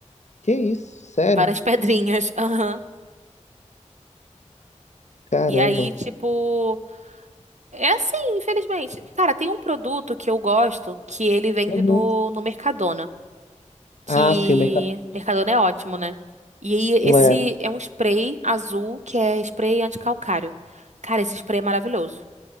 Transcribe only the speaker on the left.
Que isso? Sério?
Caramba.
Uhum.
Ah, sim, o mercado.
É.